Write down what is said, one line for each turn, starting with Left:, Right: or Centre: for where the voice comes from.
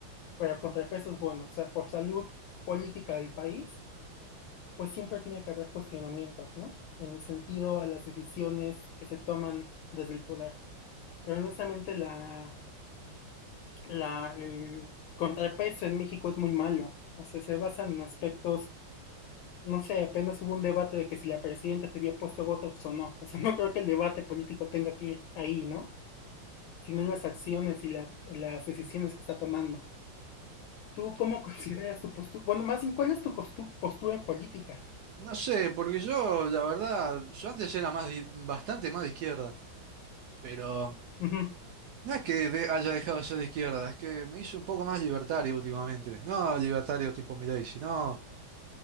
Left: pero contrapesos buenos, o sea, por salud política del país pues siempre tiene que haber cuestionamientos, ¿no? En el sentido a las decisiones que se toman desde el poder. Pero honestamente la, la, el contrapeso en México es muy malo. O sea, se basan en aspectos, no sé, apenas hubo un debate de que si la presidenta se había puesto votos o no. O sea, <laughs> no creo que el debate político tenga que ir ahí, ¿no? Sino en las acciones y la, las decisiones que está tomando. ¿Tú cómo <laughs> consideras tu postura? Bueno, más bien, ¿cuál es tu postura política?
Right: No sé, porque yo, la verdad, yo antes era más di- bastante más de izquierda, pero
Left: Uh -huh.
Right: no es que de- haya dejado de ser de izquierda, es que me hice un poco más libertario últimamente. No libertario tipo Milei, sino,